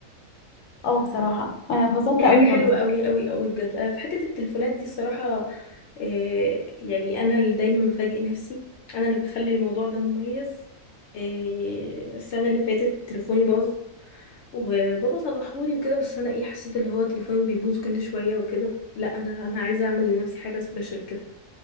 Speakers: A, on the left; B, on the left.
A: اه بصراحة انا اتبسطت
B: دي حاجه
A: قوي برضو
B: حلوه قوي قوي قوي بجد انا في حته التليفونات دي الصراحه آه يعني انا اللي دايما بفاجئ نفسي انا اللي بخلي الموضوع ده مميز آه السنه اللي فاتت تليفوني باظ وبابا صلحولي وكده بس انا ايه حسيت اللي هو تليفوني بيبوظ كل شويه وكده لا انا انا عايزه اعمل لنفسي حاجه سبيشال كده